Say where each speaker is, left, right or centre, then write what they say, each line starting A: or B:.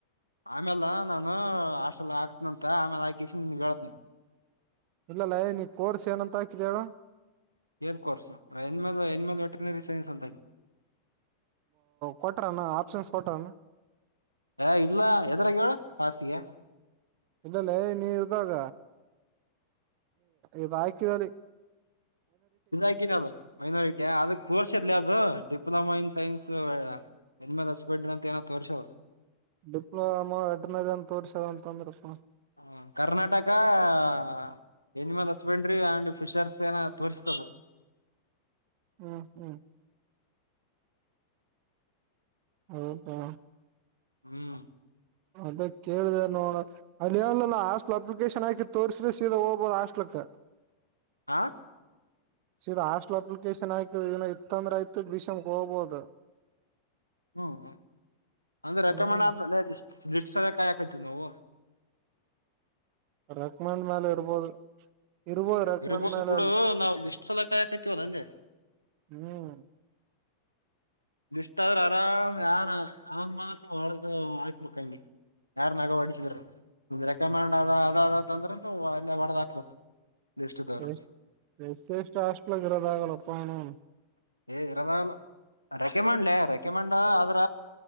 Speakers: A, on the right; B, on the right.
A: ಆಮೇಲೆ ನಾನು ಹಾಸ್ಟೆಲ್ ಹಾಕ್ತನ ಅಂತ ಆಮೇಲೆ ಹಾಕಿಸಿ ನಿನ್ ಹೇಳತನ
B: ಇಲ್ಲಲ್ಲ ಏ ನೀ ಕೋರ್ಸ್ ಏನಂತ ಹಾಕಿದಿ ಹೇಳು
A: ಏನ್ course animal animal veterinary science ಅಂತ
B: ಕೊಟ್ರಣ್ಣ ಆಪ್ಷನ್ಸ್ ಕೊಟ್ರಣ್ಣ
A: ಹ ಇಲ್ಲ ಎದ್ರಾಗ ಹಾಸಿಗೆ
B: ಇಲ್ಲಲ್ಲೇ ನೀ ಇದ್ದಾಗ ಇವ ಆಗಿವ್ರಿ
A: ಇಕಿನ ಅದು ಮೈನಾರಿಟಿ ಅದಕ್ ಪೋರ್ಷ ಇಲಿ ಅದು ಡಿಪ್ಲೊಮಾ ಇನ್ ಸೈನ್ಸ್ ಎಣ್ಮೇಲೆ ಸ್ಪೀಡ್ ಅಂತ ಏನ ತೋರ್ಶವ
B: ಡಿಪ್ಲೊಮೋ ಅಡ್ಮನ್ ತೋರ್ಸೋದ ಅಂತಂದ್ರಪ್ಪ
A: ಹ ಕರ್ನಾಟಕ ಹ ಎನಿಮಲ್ ಹಸ್ಬೆಂಡ್ರಿ ಅಂಡ್ ಫಿಶರ್ಸ್ ಏನ ತೋರಿಸ್ತದೆ
B: ಹ್ಮ್ ಹ್ಮ್ ಹೌದಾ
A: ಹ್ಮ್
B: ಅದ ಕೇಳಿದೆ ನೋಡ ಅದೇನ್ ಹಾಸ್ಟ್ಲ್ ಅಪ್ಲಿಕೇಶನ್ ಹಾಕಿ ತೋರಿಸಸ್ರೆ ಸೀದಾ ಹೋಗ್ಬೋದು ಹಾಸ್ಟ್ಲ್ಕ್ <inaudible>
A: ಹಾ
B: ಸೀದಾ ಹಾಸ್ಟೆಲ್ ಅಪ್ಲಿಕೇಶನ್ ಆಕ ಏನೋ ಇತ್ತಂದ್ರೆ ಆಯ್ತ ಭೀಷಮ್ಗೆ ಹೋಗ್ಬಹುದು <inaudible>
A: ಹ್ಮ್ ಅಂದ್ರೆ ರೆಕಮೆಂಡ್
B: ಹ್ಮ್
A: ಆದ ಅ ಲಿಸ್ಟ್ ಅದ ಕತು ನವು
B: ರಕ್ಮಂಡ್ ಮೇಲೆ ಇರ್ಬೋದು ಇರ್ಬೋದು ರೆಕಮೆಂಡ್
A: ಇರ್ಬೋದು
B: ಮೇಲೆ
A: ಬಿಡು
B: ಅಲ್ಲಿ
A: ನಾವವು ಲಿಸ್ಟ್ ಸಲ ಕಾಯಕೈತಿವ ಅಂಗೆ
B: ಹ್ಮ್
A: ಇಷ್ಟ ಆದ್ರ ಆರಾಮ್ ಯಾರ ಅವಂಗ ಮಾತ್ರ ಹೊಡ್ದ ಹಾಕ್ಬೇಕಂಗೆ ಯಾರ್ ಮಗ ಹೊಡಿಸಿದ್ರ ನಿಮ್ದ ರೆಕಮೆಂಡ್ ಅದ ಅದ ಅದ ಅಂದ್ರನು ಅಲ್ಲೇ ಹೊಡದ್ ಹಾಕ್ಬೇಕು ಲಿಸ್ಟ್ ದವ್ರು
B: ಎ ಎಸ್ ಎಷ್ಟು ಹಾಸ್ಟಲ್ ಇರೋದ ಆಗಲ್ಲಪ್ಪಾಯಣ ನಾನು
A: ಏ ಇರಲ್ಲ ನಾನು ರೆಕೆಮಂಡಲೆ ರೆಕೆಮಂಡ ಆದ್ರ